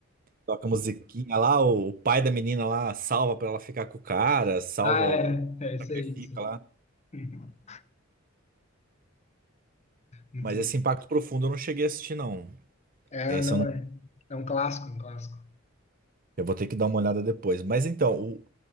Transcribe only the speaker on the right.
Toca a musiquinha lá, o, o pai da menina lá salva pra ela ficar com o cara, salva
o.
Sacrifica
lá.
Mas esse
Impacto Profundo eu não cheguei a assistir, não.
Esse
eu não.
Eu vou ter que dar uma olhada depois. Mas então,